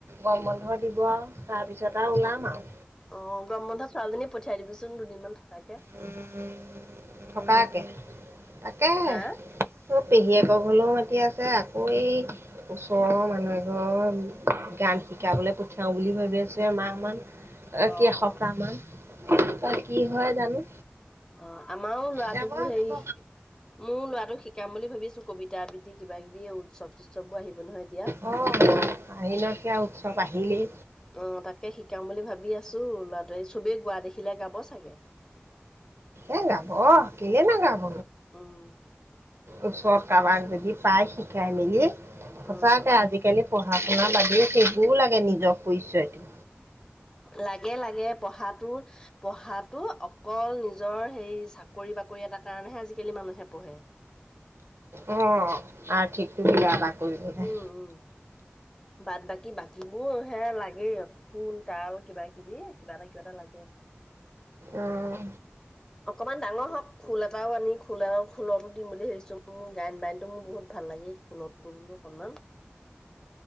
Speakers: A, on the right (about 85°); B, on the left (about 15°).
A: গৰম বন্ধ দিব আও, তাৰ পিছত আও ওলাম আও
B: অঁ গৰম বন্ধত ছোৱালজনী পঠিয়াই দিবিচোন, দুদিনমান থকাকে।
A: উমঁ উমঁ থকাকে, তাকেহে।
B: হা
A: তো পেহীয়েকৰ ঘৰলেও মাতি আছে আকৌ এই- ওচৰৰ মানুহ এঘৰত গান শিকাবলৈ পঠিয়াও বুলি ভাবি আছে। এমাহ মান- তাইক
B: অ',
A: এসপ্তাহ
B: অ',
A: মান বা কি হয় জানো
B: অঁ আমাৰো ল'ৰাটোকো
A: যাব
B: হেৰি
A: যাব
B: শি মোৰ ল'ৰা- লৰাটোক শিকাম বুলি ভাবিছোঁ কবিতা আবৃত্তি কিবা- কিবি এই উৎসৱ চুৎস বোৰ আহিব নহয় এতিয়া।
A: অঁ আহিনত সেয়া উৎসৱ আহিলেই।
B: অঁ তাকে শিকাম বুলি ভাবি আছোঁ ল'ৰাটোৱে চবেই গোৱা দেখিলে গাব চাগে।
A: এ গাব, কেলেই নগাব।
B: উমঁ!
A: ওচৰত কাৰবাক যদি পাই, শিকাই মেলি সচাঁকে
B: উম
A: আজিকালি- এনেই পঢ়া শুনাৰ বাদেও সেইবোৰও লাগে নিজৰ পৰিচয়।
B: লাগে, লাগে পঢ়াটো- পঢ়টো, অকল নিজৰ সেই চাকৰি বাকৰি এটাৰ কাৰণেহে আজিকালি মানুহে পঢ়ে।
A: অঁ আৰ্থিকটো কিবা এটা কৰিবলে।
B: উম উম বাদ বাকী, বাকীবোৰ হে লাগেই। খোল -তাল কিবা কিবি কিবা এটা কিবা এটা লাগে।
A: আহ!
B: অকমান ডাঙৰ হওঁক, খোল এটাও আনি খোল আৰু খোলতো দিম বুলি ভাবিছোঁ। মোৰ গায়ন বায়নতটো মোৰ বহুত ভাল লাগিল, <unintelligible> বোলো অকণমান।